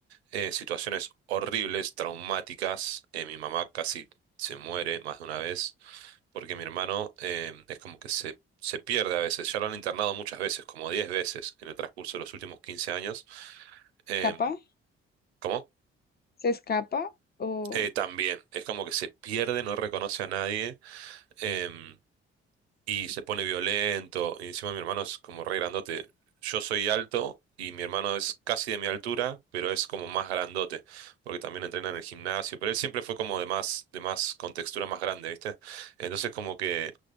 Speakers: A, on the right; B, on the left.
A: eh, situaciones horribles, traumáticas. Eh, mi mamá casi se muere más de una vez porque mi hermano eh, es como que se, se pierde a veces. Ya lo han internado muchas veces, como 10 veces en el transcurso de los últimos 15 años. Em,
B: escapa,
A: ¿cómo?
B: se escapa o
A: Eh, también, es como que se pierde, no reconoce a nadie. Em, y se pone violento. Y encima mi hermano es como re grandote. Yo soy alto y mi hermano es casi de mi altura, pero es como más grandote, porque también entrena en el gimnasio. Pero él siempre fue como de más, de más, con textura más grande, ¿viste? Entonces como que